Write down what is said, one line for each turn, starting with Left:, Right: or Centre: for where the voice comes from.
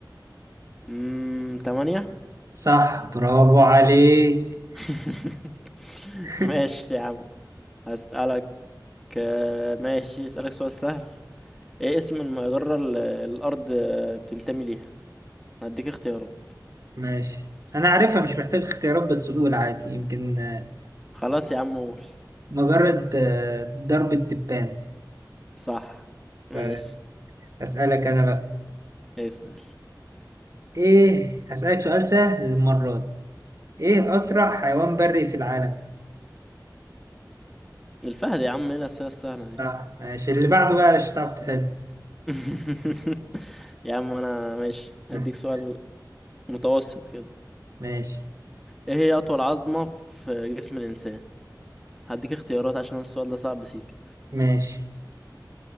Centre: امم تمانية
Right: صح برافو عليك
Centre: <laughs> ماشي
Right: <laughs>
Centre: يا عم هسألك آه، ماشي اسألك سؤال سهل ايه اسم المجرة اللي الأرض بتنتمي ليها هديك اختيارات
Right: ماشي انا عارفها مش محتاج اختيارات بس قول عادي يمكن آه،
Centre: خلاص يا عم قول
Right: مجرد آه، ضرب التبان
Centre: <laughs> صح ماشي
Right: آه، اسالك انا بقى
Centre: اسأل
Right: ايه هسالك سؤال سهل المره دي ايه اسرع حيوان بري في العالم
Centre: الفهد يا عم ايه الأسئلة السهلة دي
Right: صح ماشي اللي بعده بقى مش هتعرف تحل
Centre: <laughs> يا عم أنا ماشي هديك
Right: <laughs>
Centre: سؤال متوسط كده
Right: ماشي
Centre: ايه هي أطول عظمة في جسم الإنسان هديك اختيارات عشان السؤال ده صعب سيكا
Right: ماشي